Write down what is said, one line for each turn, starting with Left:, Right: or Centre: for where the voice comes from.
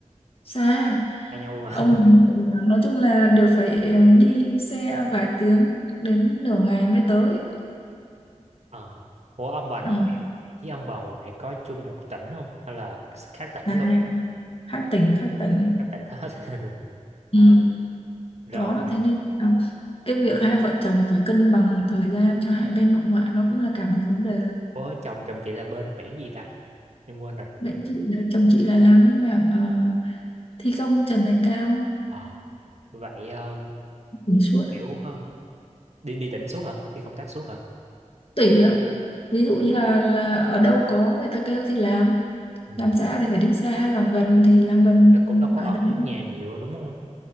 Left: xa
Right: Xa nhau luôn à?
Left: ông
Right: <laughs>
Left: nói chung là đều phải ờ, đi xe vài tiếng đến nửa ngày mới tới
Right: Ờ. Ủa ông bà nội
Left: ừ.
Right: với ông bà ngoại có chung một tỉnh không? Hay là khác tỉnh
Left: Này,
Right: luôn?
Left: khác tỉnh khác tỉnh
Right: Khác tỉnh hết. <laughs>
Left: ừ.
Right: Rồi.
Left: đó thế nên là cái việc hai vợ chồng phải cân bằng thời gian cho hai bên nội ngoại nó cũng là cả một vấn đề
Right: Ủa chồng chồng chị là bên mảng gì ta? Em quên rồi.
Left: bên chị ờ, chồng chị là làm bên mảng thi công trần này cao
Right: Ờ. Vậy ờ,
Left: đỉnh suốt
Right: kiểu ờ, đi đi tỉnh suốt hả? Đi công tác suốt hả?
Left: tỷ á ví dụ như là là ở đâu có người ta kêu thì làm
Right: Ừ.
Left: làm xa thì phải đi xa làm gần thì làm gần
Right: Nó cũng đâu có
Left: ở
Right: ở
Left: đây
Right: nhà nhiều đâu, đúng không?